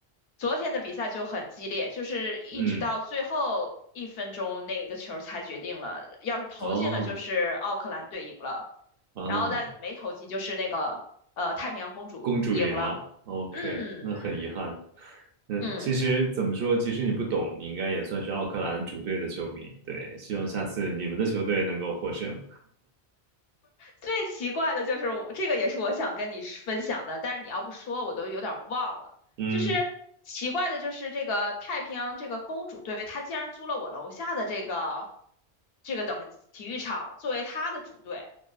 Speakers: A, on the left (about 65°); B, on the right (about 65°).
A: 昨天的比赛就很激烈，就是一直到最后一分钟那个球才决定了，
B: 嗯，
A: 要是投进了就是奥克兰队赢了，
B: 哦啊，
A: 然后但没投进就是那个呃太平洋公主赢了，
B: 公主赢了，OK，
A: 嗯嗯
B: 那很遗憾。嗯，
A: 嗯。
B: 其实怎么说，
A: 嗯
B: 其实你不懂，你应该也算是奥克兰主队的球迷。对，希望下次你们的球队能够获胜。
A: 最奇怪的就是我这个，也是我想跟你分享的，但是你要不说，我都有点忘了。
B: 嗯，
A: 就是奇怪的，就是这个太平洋这个公主队，她竟然租了我楼下的这个这个怎么体育场作为她的主队。